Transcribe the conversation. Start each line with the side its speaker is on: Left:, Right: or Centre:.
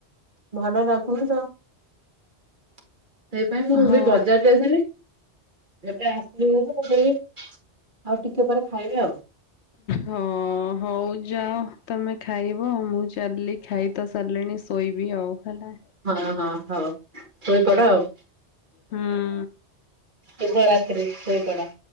Right: ଭଲ ଲାଗୁନିତ ସେଇପାଇଁ ମୁଁବି
Left: ହଁ
Right: ବଜାର ଯାଇଥିଲି ଏବେ ଆସିଲି ଘରକୁ ମୁଁ କହିଲି ଆଉ ଟିକେ ପରେ ଖାଇବି ଆଉ।
Left: ହଁ ହଉ ଯାଅ ତମେ ଖାଇବ ମୁଁ ଚାଲଲିି ଖାଇ ତ ସରିଲାଣି ସୋଇବି ଆଉ ହେଲା।
Right: ହଁ ହଁ ହୋଉ ଶୋଇପଡ଼ ଆଉ।
Left: ହୁଁ।
Right: ଶୁଭରାତ୍ରି ଶୋଇପଡ଼।